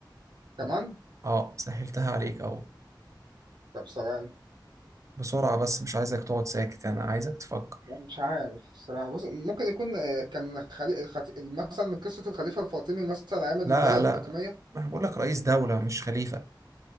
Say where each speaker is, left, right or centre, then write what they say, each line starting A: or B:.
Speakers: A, on the right; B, on the right.
A: كمان
B: اه سهلتها عليك اهو
A: طب ثواني
B: بسرعة بس مش عايزك تقعد ساكت انا عايزك تفكر
A: مش عارف الصراحة بص ممكن يكون آه كان خلي... الخط... مثلا قصة الخليفة الفاطمي مثلا أيام الدولة
B: لا لا
A: الفاطمية
B: انا بقول لك رئيس دولة مش خليفة